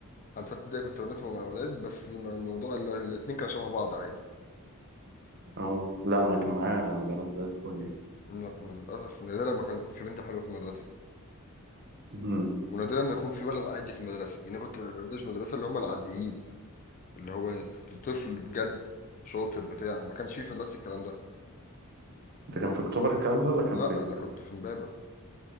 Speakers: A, on the left; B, on the right.
A: لحد سته ابتدائي كنت بنات مع اولاد بس ما الموضوع ال- الاتنين كانوا شبه بعض عادي
B: اه لا انا كان معايا بنات زي الفل يعني
A: لا انا للاسف نادرا ما كان يكون في بنت حلوه في المدرسه
B: <laughs>
A: ونادرا ما يكون في ولد عادي في المدرسه يعني أنا كنت ما بقابلش في المدرسه اللي هم العاديين اللي هو طفل بجد شاطر بتاع ما كانش فيه في مدرستي الكلام ده
B: ده كان في اكتوبر الكلام ده ولا كان
A: لا
B: فين؟
A: انا كنت في امبابه